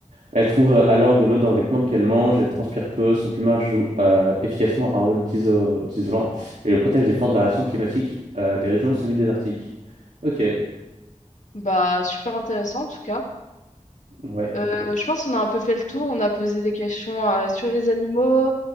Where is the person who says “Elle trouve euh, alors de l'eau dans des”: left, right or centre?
Right